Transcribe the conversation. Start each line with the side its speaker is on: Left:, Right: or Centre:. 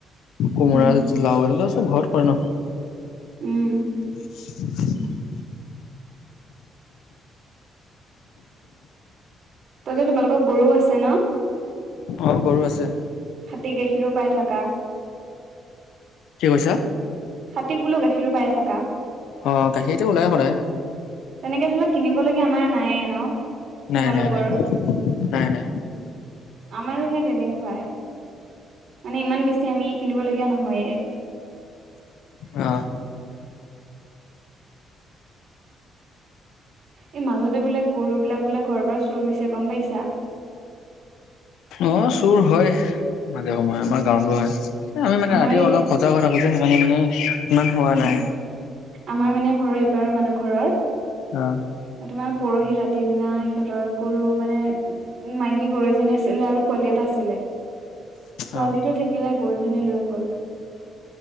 Left: কোমোৰা,
Right: উম
Left: লাও এনেকোৱা চব ঘৰত কৰে ন
Right: উম
Left: <unintelligible>
Right: তাতে তোমালোকৰ গৰু আছে ন?
Left: অ গৰু আছে।
Right: খাটী গাখীৰো পাই থাকা
Left: কি কৈছা?
Right: খাটীক বোলো গাখীৰো পাই থাকা
Left: অ গাখীৰতো ওলাই সদায়
Right: তেনেকে ধৰিলে কিনিবলগীয়া আমাৰ নাইয়ে ন তোমালোকৰো
Left: নাই নাই নাই নাই নাই
Right: আমাৰো হে তেনেকোৱাই মানে ইমান বেছি আমি কিনিবলগীয়া নহয়েই
Left: অ
Right: এই মাজতে বোলে গৰু বিলাক বোলে ঘৰৰ পৰা চুৰ হৈছে গম পাইছা
Left: অ চুৰ হয় মাজে সময়ে আমাৰ গাঁৱতো হয় আমি মানে
Right: আমাৰ
Left: ৰাতি
Right: এই
Left: অলপ সজাগ হৈ থাকো যে সেইকাৰণে মানে ইমান হোৱা
Right: উম
Left: নাই
Right: আমাৰ মানে ঘৰৰ এইপাৰৰ মানুহ ঘৰৰ
Left: অ
Right: এ তোমাৰ পৰহি ৰাতিৰ দিনা সিহঁতৰ গৰু মানে মাইকী গৰু এজনী আছিলে আৰু পোৱালি এটা আছিলে পোৱালীটো
Left: অ
Right: থাকিলে, গৰুজনী লৈ গ'ল।